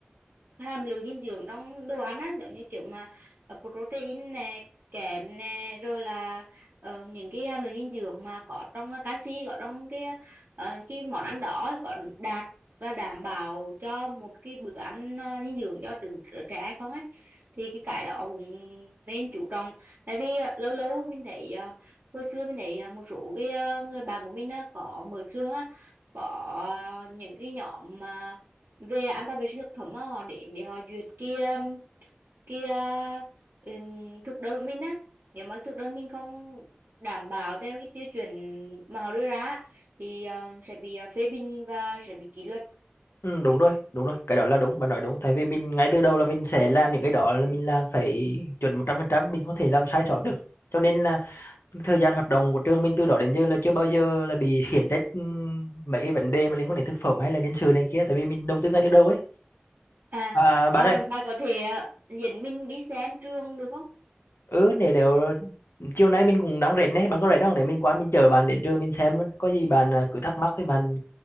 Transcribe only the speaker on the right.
hàm lượng dinh dưỡng trong đồ ăn á giống như kiểu mà ờ, protein nè kẽm nè rồi là ờ, những cái hàm lượng dinh dưỡng mà có trong ờ, canxi có trong cái ờ, cái món ăn đó có đạt và đảm bảo cho một cái bữa ăn ờ, dinh dưỡng cho đứa trẻ hay không ấy thì cái cái đó cũng nên chú trọng tại vì ờ, lâu lâu mình thấy ờ, hồi xưa mình thấy ờ, một số cái ờ, người bạn của mình á, có mở trường á có ờ, những cái nhóm mà về an toàn vệ sinh thực phẩm á, họ đến để họ duyệt kia kia ừ, thực đơn của mình á nếu mà thực đơn mình không đảm bảo theo cái tiêu chuẩn mà họ đưa ra á, thì ờ, sẽ bị ờ, phê bình và sẽ bị kỷ luật
à
ờ,
bạn có thể ờ, dẫn mình đi xem trường được không